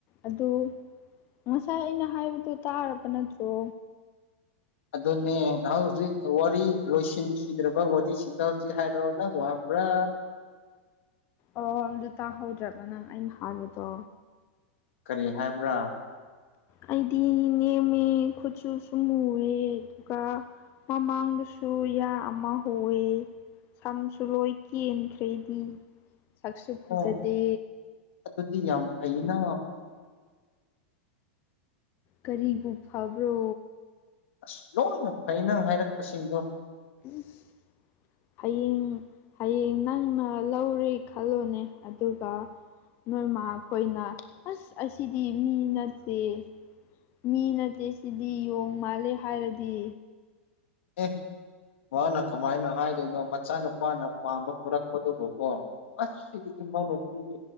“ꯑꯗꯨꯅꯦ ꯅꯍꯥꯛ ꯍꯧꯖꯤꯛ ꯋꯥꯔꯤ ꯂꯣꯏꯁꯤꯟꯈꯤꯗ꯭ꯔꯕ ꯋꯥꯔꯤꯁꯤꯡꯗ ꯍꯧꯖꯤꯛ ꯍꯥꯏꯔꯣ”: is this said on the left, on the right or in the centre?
Left